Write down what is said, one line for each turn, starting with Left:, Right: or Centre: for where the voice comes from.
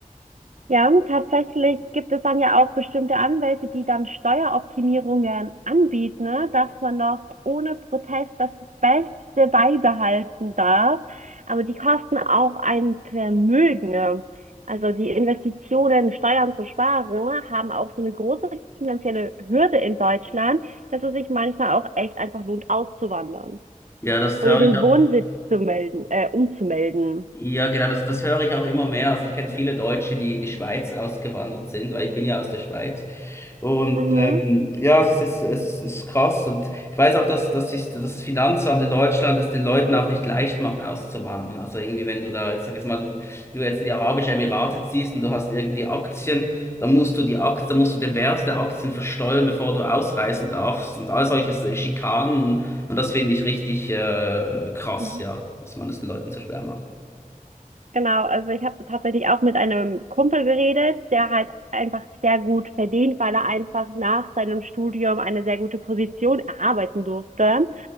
Right: Ja, tatsächlich gibt es dann ja auch bestimmte Anwälte, die dann Steueroptimierungen anbieten, ne, dass man noch ohne Protest das Beste beibehalten darf. Aber die kosten auch ein Vermögen. ne. Also die Investitionen, Steuern zu sparen, ne, haben auch so eine große finanzielle Hürde in Deutschland, dass es sich manchmal auch echt einfach lohnt, auszuwandern
Left: Ja, das
Right: oder
Left: höre
Right: den
Left: ich auch.
Right: Wohnsitz zu melden, äh, umzumelden.
Left: Ja, genau, das, das höre ich auch immer mehr. Also ich kenne viele Deutsche, die in die Schweiz ausgewandert sind, weil ich bin ja aus der Schweiz. Und
Right: Mhm.
Left: ähm, ja, also es ist, es ist krass. Und ich weiß auch, dass, dass, ich, dass das Finanzamt in Deutschland es den Leuten auch nicht leicht macht, auszuwandern. Also irgendwie, wenn du da jetzt, sag jetzt mal, du, du jetzt in die Arabischen Emirate ziehst und du hast irgendwie Aktien, dann musst du die Aktien, dann musst du den Wert der Aktien versteuern, bevor du ausreisen darfst. Und all solche Schikanen. Und das finde ich richtig äh, krass,
Right: Mhm.
Left: ja, dass man es den Leuten so schwer macht.
Right: Genau, also ich habe tatsächlich auch mit einem Kumpel geredet, der halt einfach sehr gut verdient, weil er einfach nach seinem Studium eine sehr gute Position erarbeiten durfte.